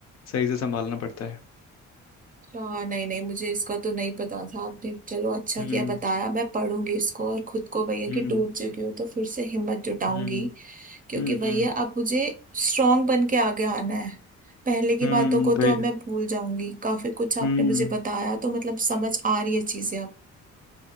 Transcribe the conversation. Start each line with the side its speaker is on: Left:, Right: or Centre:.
Left: सही से संभालना पड़ता है
Right: अच्छा नहीं नहीं मुझे इसका तो नहीं पता था आपने चलो अच्छा
Left: हम्म
Right: किया बताया मैं पढ़ूंगी इसको और खुद को भैया
Left: हम्म
Right: कि टूट चुकी हूँ तो फिर से हिम्मत जुटाऊंगी
Left: हम्म
Right: क्योंकि
Left: हम्म
Right: भैया अब मुझे स्ट्रांग बन के आगे आना है पहले की
Left: हम्म
Right: बातों को तो
Left: भाई
Right: अब मैं भूल जाऊंगी काफी कुछ आपने
Left: हम्म
Right: मुझे बताया तो मतलब समझ आ रही है चीजें अब